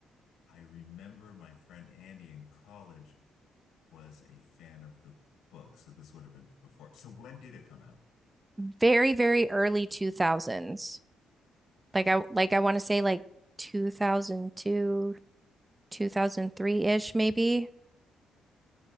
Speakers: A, on the left; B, on the right.
A: I remember my friend Andy in college was a fan of the book. So this would have been before. So when did it come out?
B: Very, very early 2000s. Like I like I want to say like 2002, 2003-ish maybe.